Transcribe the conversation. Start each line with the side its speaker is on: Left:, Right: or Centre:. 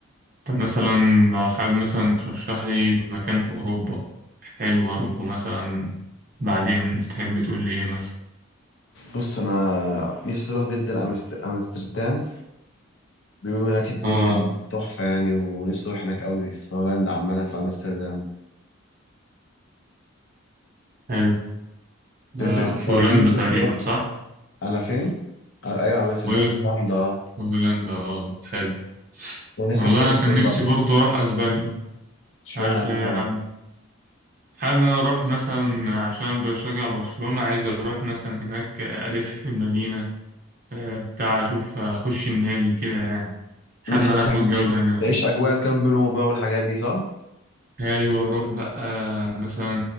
Right: طب مثلا لو حابب مثلا ترشح لي مكان في أوروبا حلو أروحه مثلا بعدين تحب تقول لي إيه مثلا
Left: بص انا نفسي اروح جدا أمست- امستردام بيقولوا هناك الدنيا
Right: اه
Left: تحفة يعني ونفسي أروح هناك أوي في هولندا عامة في أمستردام
Right: حلو ده
Left: نفسك أنت
Right: في
Left: نفسك
Right: هولندا تقريبا
Left: تروح
Right: صح؟
Left: أنا فين؟ آه أيوة أمستردام
Right: بقول
Left: في
Right: لك
Left: هولندا أه
Right: في هولندا اه حلو
Left: أنا نفسك
Right: والله
Left: تروح
Right: أنا
Left: فين
Right: كان نفسي
Left: بقى؟
Right: برضه أروح أسبانيا
Left: إشمعنى
Right: مش عارف ليه
Left: أسبانيا؟
Right: حابب حابب إن أنا أروح مثلا عشان بشجع برشلونة عايز أروح مثلا هناك ألف في المدينة آه، بتاع أشوف آه، أخش النادي كده يعني حابب
Left: نفسك
Right: إن أنا
Left: يعني
Right: آخد جولة هناك
Left: تعيش أجواء الكامب نو بقى والحاجات دي صح؟
Right: أيوة أروح بقى مثلا